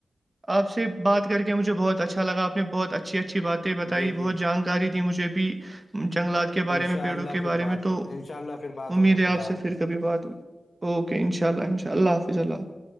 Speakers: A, on the right (about 30°); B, on the left (about 55°).
A: آپ سے بات کر کے مجھے بہت اچھا لگا آپ نے بہت اچھی اچھی بات
B: رہے
A: بتائی
B: ہیں، جی
A: بہت
B: جی
A: جانکاری دی مجھے بھی جنگلات کے بارے
B: انشاء
A: میں پیڑوں
B: اللہ
A: کے
B: پھر
A: بارے
B: بات
A: میں تو
B: انشاء اللہ پھر بات
A: امید
B: ہوگی
A: ہے
B: خدا
A: آپ سے
B: حافظ
A: پھر کبھی بات ہوئیی اوکے ان شاء اللہ انشاء اللہ حافظ اللہ ح